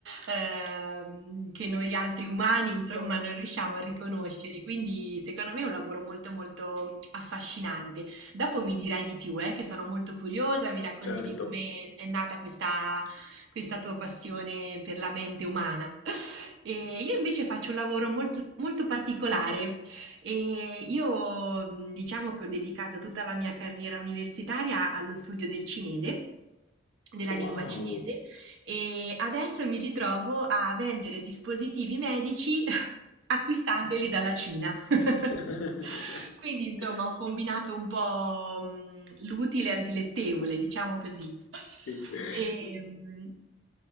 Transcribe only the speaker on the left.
Certo.
Sì.
Wow!
<laughs>
Sì.
Mh.